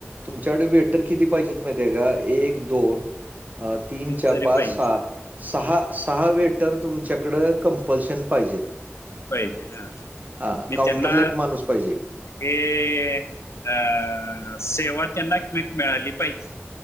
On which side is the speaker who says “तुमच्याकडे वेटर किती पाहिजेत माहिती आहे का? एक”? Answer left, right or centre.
Right